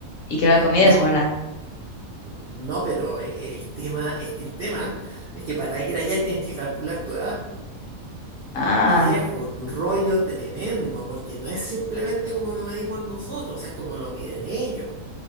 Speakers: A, on the left; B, on the right.
A: y que la comida
B: No,
A: es buena.
B: no, pero el tema, es que el tema es que para ir allá tienes que calcular tu edad.
A: Ah,
B: Y es un rollo tremendo, porque no es simplemente como lo medimos nosotros, es como lo miden ellos.